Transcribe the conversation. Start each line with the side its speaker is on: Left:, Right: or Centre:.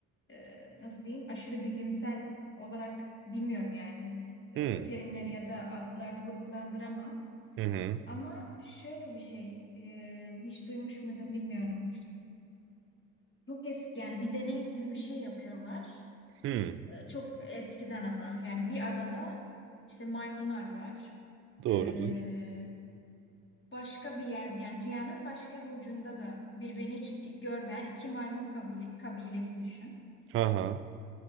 Left: e, nasıl diyeyim aşırı bilimsel olarak bilmiyorum yani e,
Right: Hmm,
Left: terimleri ya da adlarını gruplandıramam.
Right: hı hı,
Left: Ama şöyle bir şey e, hiç duymuş muydun bilmiyorum. Çok eski yani bir deney gibi bir şey yapıyorlar.
Right: hmm,
Left: E, Çok eskiden ama yani bir adada işte maymunlar var.
Right: doğrudur.
Left: Ee, başka bir yerde yani dünyanın başka bir ucunda da birbirini hiç görmeyen iki maymun kabul- kabilesi düşün.
Right: Aha. Aha.